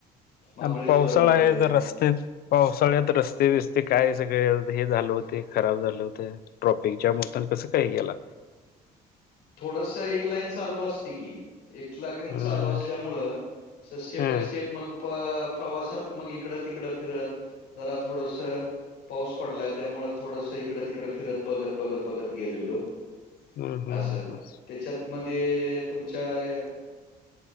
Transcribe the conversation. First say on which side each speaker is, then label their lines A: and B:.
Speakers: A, on the left; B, on the left.
A: महाबळेश्वर
B: आणि पावसाळा
A: वगैरे
B: आहे जर रस्तत पावसाळ्यात रस्ते बिस्ते काय सगळे हे झालं होते खराब झालं होत. ट्रॉपिकच्या मुताान कसं काही गेला.
A: थोडस एक लाईन चालू असते की एक लाईन
B: हम्म
A: चालू असल्यामुळ स्टेप
B: हम्म
A: बाय स्टेप मग प्रवासात मग इकडं तिकडं फिरत जरा थोडंसं. पाऊस पडलाय त्यामुळे थोडस इकडे तिकडे फिरत बघत बघत बघत गेलेलो.
B: हम्म हम्म
A: असं त्याच्यात मध्ये तुम तुमच्या